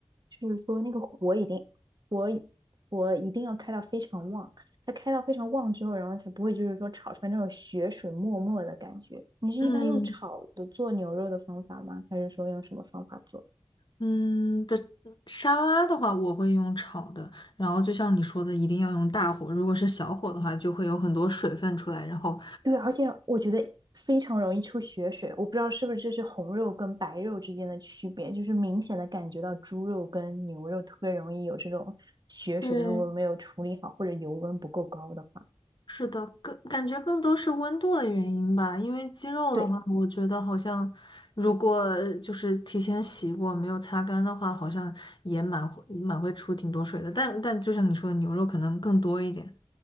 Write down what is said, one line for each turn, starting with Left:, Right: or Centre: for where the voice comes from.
Right: 就是说那个火一定火火一定要开到非常旺。它开到非常旺之后，然后才不会就是说炒出来那种血水沫沫的感觉。你是一般用炒的做牛肉的方法吗？
Left: 嗯
Right: 还是说用什么方法做？
Left: 嗯的沙拉的话，我会用炒的，然后就像你说的，一定要用大火，如果是小火的话，就会有很多水分出来，然后
Right: 对，而且我觉得非常容易出血水，我不知道是不是这是红肉跟白肉之间的区别，就是明显的感觉到猪肉跟牛肉特别容易有这种血水，
Left: 对。
Right: 如果没有处理好或者油温不够高的话。
Left: 是的，更感觉更多是温度的原因吧，因为鸡肉的话，
Right: 对，
Left: 我觉得好像如果就是提前洗过没有擦干的话，好像也蛮会蛮会出挺多水的。但但就像你说的，牛肉可能更多一点。